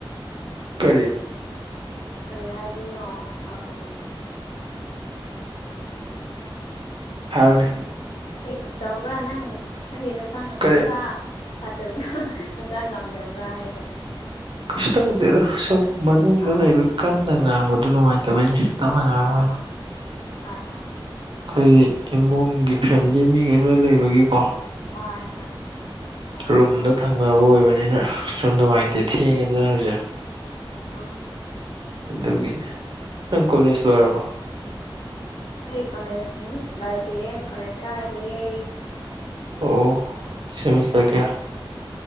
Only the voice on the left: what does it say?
ꯀꯔꯤ ꯍꯥꯏꯗꯣꯏꯅꯣ ꯑꯥ
ꯁꯤꯛ ꯇꯧꯕ꯭ꯔꯥ ꯅꯪ ꯅꯪꯒꯤ ꯅꯁꯥ
ꯅꯁꯥ ꯐꯠꯇꯕ꯭ꯔꯥ ꯅꯁꯥ ꯉꯝꯗꯕ꯭ꯔꯥ ꯍꯥꯏꯕ
ꯑꯥ
ꯑꯥ
ꯑ
ꯑ ꯍꯣꯏ ꯍꯣꯏ
ꯍꯣꯏ ꯍꯣꯏ ꯑꯣ
ꯑ
ꯍꯣꯏ ꯀꯣꯂꯦꯖ ꯎꯝ ꯂꯥꯏꯗ꯭ꯔꯤꯌꯦ ꯀꯣꯂꯦꯖ ꯀꯥꯔꯔꯤꯌꯦ